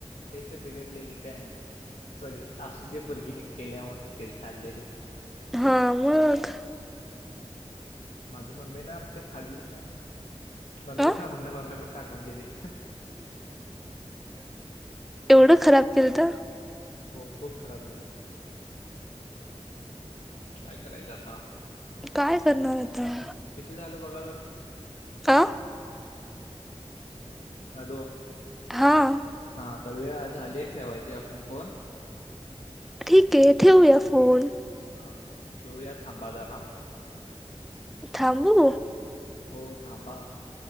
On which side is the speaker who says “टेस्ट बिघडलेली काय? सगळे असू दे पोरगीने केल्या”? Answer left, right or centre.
Left